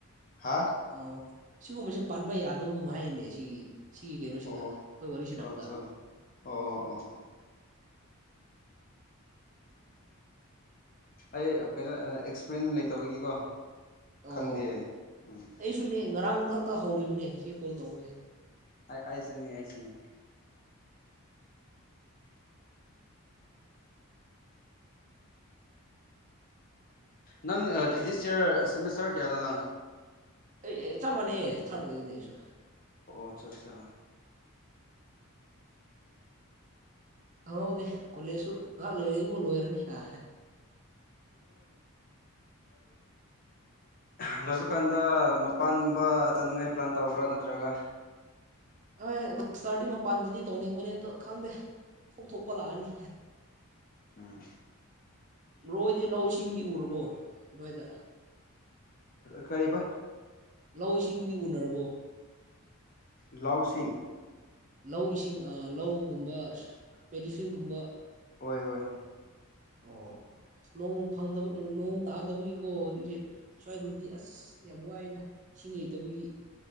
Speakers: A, on the left (about 40°); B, on the right (about 35°).
A: ꯍꯥ
B: ꯑꯣ ꯁꯤꯒꯨꯝꯕꯁꯦ ꯄꯥꯟꯕ ꯌꯥꯗꯕꯒꯨꯝꯕ ꯍꯥꯏꯅꯦ ꯁꯤꯒꯤ ꯁꯤꯒꯤ ꯀꯩꯅꯣꯁꯤꯗ
A: ꯑꯣ
B: ꯑꯩꯈꯣꯏ ꯋꯥꯔꯤ ꯁꯅꯕꯗ
A: ꯑꯠꯆꯥ ꯑꯣ ꯑꯣ ꯑꯣ ꯑꯩ ꯀꯩꯅꯣ ꯑꯦꯛꯁꯄ꯭ꯔꯦꯟ ꯂꯩꯇꯕꯒꯤꯀꯣ
B: ꯑꯣ
A: ꯈꯪꯗꯦ ꯎꯝ
B: ꯑꯩꯁꯨꯅꯦ ꯉꯔꯥꯡ ꯉꯍꯥꯛꯇ ꯍꯧꯔꯤꯕꯅꯦ ꯁꯤ ꯀꯣꯜ ꯇꯧꯕꯁꯦ
A: ꯑꯩꯁꯨꯅꯤ ꯍꯥꯏꯁꯨꯅꯤ ꯅꯪ ꯗꯤꯁ ꯏꯌꯥꯔ ꯁꯦꯃꯤꯁꯇꯔ ꯀꯌꯥꯗꯅ
B: ꯑꯦ ꯑꯦ ꯆꯠ ꯃꯥꯟꯅꯦꯩ ꯊꯥꯔ ꯑꯣꯏꯗꯅꯦꯁꯨ
A: ꯑꯆꯥ ꯑꯠꯆꯥ
B: ꯑꯥꯎꯗꯤ ꯀꯣꯂꯦꯁꯨ ꯉꯥꯏꯍꯥꯛ ꯂꯩꯔꯗꯤ ꯃꯨ ꯂꯣꯏꯔꯅꯤ ꯑ
A: ꯎ ꯂꯣꯏꯕ ꯀꯥꯟꯗ ꯃꯄꯥꯟꯒꯨꯝꯕ ꯆꯠꯅꯤꯡꯉꯥꯏ ꯄ꯭ꯂꯥꯟ ꯇꯧꯕ꯭ꯔꯥ ꯅꯠꯇ꯭ꯔꯒ
B: ꯍꯣꯏ ꯃꯥꯁꯇꯔꯗꯤ ꯃꯄꯥꯟꯗꯗꯤ ꯇꯧꯅꯤꯡꯕꯅꯦ ꯑꯗꯣ ꯈꯪꯗꯦ ꯊꯣꯛ ꯊꯣꯛꯄ ꯂꯥꯛꯑꯅꯤ
A: ꯎꯝ
B: ꯔꯣꯏꯗꯤ ꯂꯧ ꯏꯁꯤꯡꯗꯤ ꯎꯔꯕꯣ ꯑꯗꯨꯋꯥꯏꯗ
A: ꯀꯔꯤꯕ
B: ꯂꯧꯁꯤꯡ ꯎꯅꯔꯕꯣ
A: ꯂꯧꯁꯤꯡ
B: ꯂꯧ ꯏꯁꯤꯡ ꯂꯧꯒꯨꯝꯕ ꯄꯦꯗꯤꯐꯤꯜꯒꯨꯝꯕ
A: ꯍꯣꯏ ꯍꯣꯏ
B: ꯑꯣ ꯅꯣꯡ ꯐꯪꯗꯕ ꯇꯥꯗꯕꯒꯤꯀꯣ ꯍꯧꯖꯤꯛꯁꯦ ꯁ꯭ꯋꯥꯏꯗꯗꯤ ꯑꯁ ꯌꯥꯝ ꯋꯥꯏꯅ ꯏꯁꯤꯡ ꯂꯩꯇꯕꯒꯤ